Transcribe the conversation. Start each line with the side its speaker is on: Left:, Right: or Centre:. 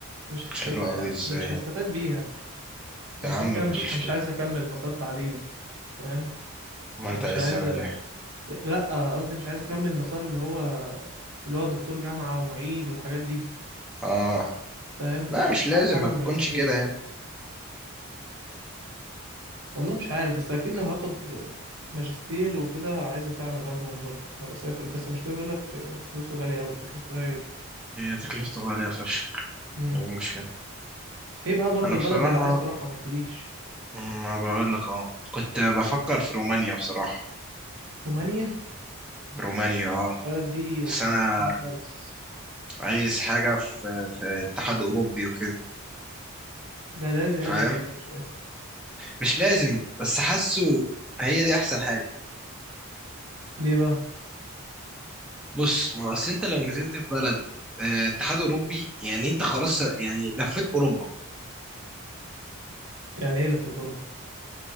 Right: مش
Centre: مش
Right: يعني
Centre: حلوه قوي ازاي
Right: مش
Centre: يعني؟
Right: هستفاد بيها أنا
Centre: يا عم
Right: كده كده
Centre: ما
Right: مش
Centre: تقولش
Right: مش
Centre: كده
Right: عايز أكمل مسار تعليمي فاهم
Centre: ما
Right: يعني
Centre: انت
Right: مش
Centre: عايز
Right: عايز
Centre: تعمل ايه
Right: لأ قصدي مش عايز أكمل مسار اللي هو اللي هو دكتور جامعة ومعيد والحاجات دي
Centre: اه
Right: فاهم
Centre: لا
Right: فمش
Centre: مش لازم
Right: هعمل حاجة
Centre: ما
Right: بالماجستير
Centre: بتكونش كده يعني
Right: والله مش عارف بس اكيد لو هاخد ماجستير وكده عايزه فعلا باخده من بره ابقى اسافر بس المشكله بيقول لك فلوسه غاليه قوي تكلفته غاليه جدا
Centre: هي تكلفته غالية فشخ
Right: امم
Centre: ايه المشكلة
Right: ايه بقى برضو
Centre: انا
Right: البلد
Centre: بصراحة
Right: اللي عايز تروحها ما قلتليش
Centre: ما بقول لك اه كنت بفكر في رومانيا بصراحة
Right: رومانيا
Centre: رومانيا اه
Right: البلد دي
Centre: بس
Right: ما سمعتش
Centre: انا
Right: عنها خالص
Centre: عايز حاجة في في اتحاد اوروبي وكده
Right: ده لازم يعني
Centre: فاهم
Right: ولا ايه مش فاهم
Centre: مش لازم بس حاسه هي دي احسن حاجة
Right: ليه بقى
Centre: بص ما اصل انت لو نزلت في بلد آه، اتحاد اوروبي يعني انت خلاص يعني لفيت اوروبا
Right: يعني ايه لفة اوروبا